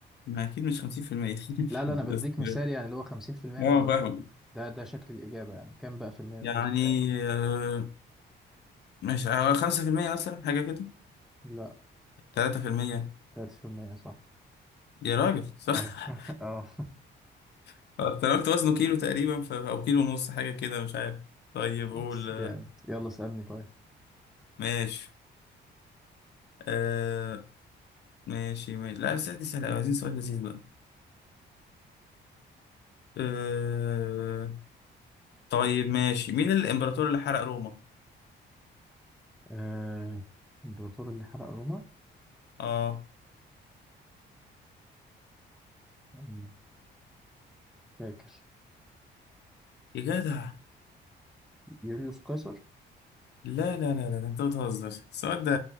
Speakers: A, on the left; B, in the centre.
A: ما اكيد مش 50% <laughs>
B: لا لا أنا بديك
A: بس اه
B: مثال يعني اللي هو خمسين في المية
A: آه،
B: من وزنه
A: فاهم
B: ده ده شكل الإجابة يعني كام بقى في المية
A: يعني
B: من وزنه؟
A: آه، مش آه، 5% مثلا حاجه كده
B: لا
A: 3%
B: تلاتة في المية صح
A: يا راجل صح
B: اه <laughs> اه
A: <laughs> انا قلت وزنه كيلو تقريبا ف... او كيلو ونص حاجه كده مش عارف طيب قول
B: بس
A: آه،
B: جامد يلا اسألني طيب
A: ماشي آه ماشي ماشي لا السؤال دي سهله أوي، عايزين سؤال لذيذ بقى آه طيب ماشي مين الامبراطور اللي حرق روما
B: آه. الإمبراطور اللي حرق روما
A: اه
B: آه، فاكر
A: يا جدع
B: يوليوس قيصر
A: لا لا لا لا انت بتهزر السؤال ده